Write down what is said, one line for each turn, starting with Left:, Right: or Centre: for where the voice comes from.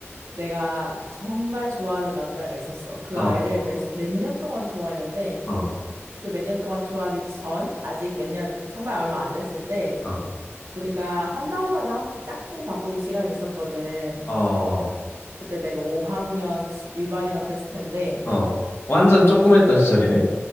Right: 내가 정말 좋아하던 남자애가 있었어. 그
Left: 어,
Right: 아이를 몇, 몇 년 동안 좋아했는데,
Left: 어,
Right: 그 몇 년 동안 좋아하기 전, 아직 몇 년, 정말 얼마 안 됐을 때,
Left: 어,
Right: 우리가 한 달마다 한 번씩 짝꿍 바꾸기 시간이 있었거든.
Left: 어,
Right: 그때 내가 5학년 일반인가 그랬을 텐데,
Left: 어. 완전 쪼꼬맸던 시절이네.